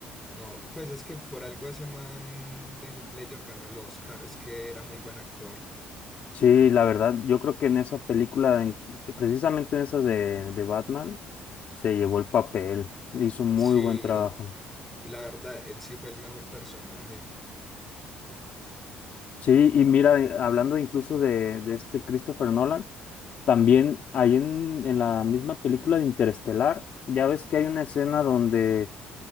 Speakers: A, in the centre; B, on the left.
A: No, pues es que por algo ese man de Heath Ledger ganó el Oscar, es que era muy buen actor.
B: Sí, la verdad, yo creo que en esa película, en- precisamente en esas de, de Batman, se llevó el papel, hizo muy
A: Sí,
B: buen trabajo.
A: y la verdad, él sí fue el mejor personaje.
B: Sí, y mira, eh, hablando incluso de, de este Christopher Nolan, También ahí en, en la misma película de Interestelar, ya ves que hay una escena donde